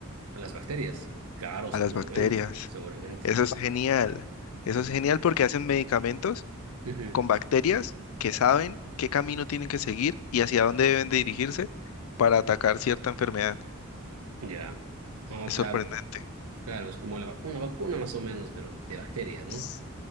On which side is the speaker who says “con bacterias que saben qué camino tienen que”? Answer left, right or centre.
Left